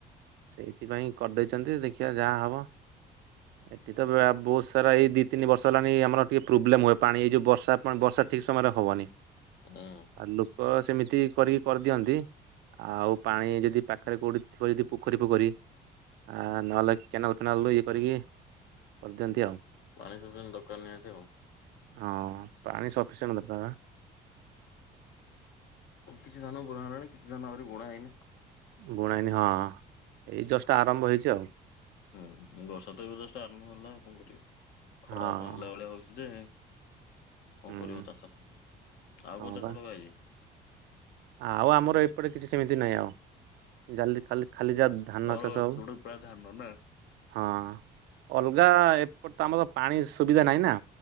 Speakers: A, on the right (about 80°); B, on the left (about 75°).
A: ସେଇଥିପାଇଁ କରିଦେଇଛନ୍ତି, ଦେଖିବା ଯାହା ହବ।
B: <unintelligible>
A: ଏଠି ତ ବହୁତ ସାରା ଏଇ ଦି ତିନି ବର୍ଷ ହେଲାଣି ଆମର ଟିକେ ପ୍ରୋବ୍ଲେମ ହୁଏ ପାଣି, ଏଇ ଯୋଉ ବର୍ଷା ପା ବର୍ଷା ଠିକ ସେ ସମୟରେ ହବନି।
B: ହୁଁ
A: ଆଉ ଲୋକ ସେମିତି କରିକି କରିଦିଅନ୍ତି। ଆଉ ପାଣି ଯଦି ପାଖରେ କୋଉଠି ଥିବ ଯଦି ପୋଖରୀ ପୋଖରୀ ଆ ନହେଲେ କେନାଲ ଫେନାଲରୁୁ ଇଏ କରିକି କରିଦିଅନ୍ତି ଆଉ।
B: ପାଣି ସବୁ ଦରକାର ନିହାତି ଆଉ।
A: ହଁ ପାଣି ସଫିସିୟଣ୍ଟ ଦରକାର।
B: <unintelligible>
A: ବୁଣାଇନି ହଁ। ଜଷ୍ଟ୍ ଆରମ୍ଭ ହେଇଛି ଆଉ।
B: ହୁଁ ବର୍ଷା ତ ଏବେ ଜଷ୍ଟ ଆରମ୍ଭ ହେଲା ଆଉ କଣ କରିବା। ଖରା
A: ହଁ
B: କଣ ହେଲା ଭଳିଆ ହଉଛି ଯେ। କଣ
A: ହୁଁ
B: କରିବ ଚାଷ ଆଉ
A: ହଁ
B: କଣ ଚାଷ
A: ବା
B: ଲଗାହେଇଛି?
A: ଆଉ ଆମର ଏପଟେ କିଛି ସେମିତି ନାହିଁ ଆଉ ଜାଳି କାଲି ଖାଲି ଯାହା ଧାନ
B: ତୋର
A: ଚାଷ ହବ
B: ସୋଟା ପ୍ରାୟ ଧାନ ନା?
A: ହଁ ଅଲଗା ଏପଟେ ତ ଆମର ପାଣି ସୁବିଧା ନାହିଁ ନା।